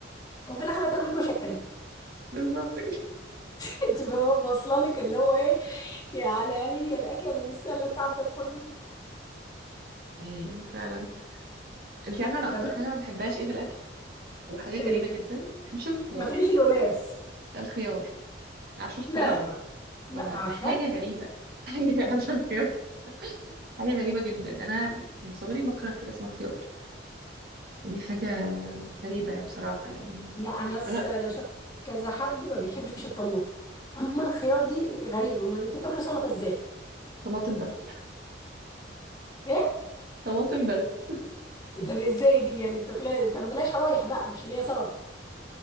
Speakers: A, on the left; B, on the right.
A: وفي الاخر هتاكل كشري
B: بالظبط
A: <laughs> تبقى هو واصله <laughs> لك اللي هو ايه يا على علي الاكله اللي مستاهله التعب ده كله
B: امم فعلا انت عارفه انا
A: جربت
B: اكتر حاجه ما بحبهاش ايه في الاكل وحاجه
A: ايه
B: غريبه جدا ما بحبش الخيار
A: ما تقوليش القلاص
B: ده الخيار عارفه الخيار
A: لا لا لا
B: ما لا
A: عارفه
B: حاجه غريبه <laughs> حاجه عارفه الخيار حاجه غريبه جدا انا من صغري بكره حاجه اسمها خيار ودي حاجه غريبه يعني بصراحه يعني ما-
A: لا انا س-
B: ولا
A: انا شفت كذا حد ما بيحبش الطماطم اما الخيار دي غريبه امال انت بتاكلي سلطه ازاي
B: طماطم بس
A: ايه
B: <laughs> طماطم بس
A: ده ازاي دي يعني بتاكليها ما بتعملهاش شرايح بقى مش اللي هي سلطه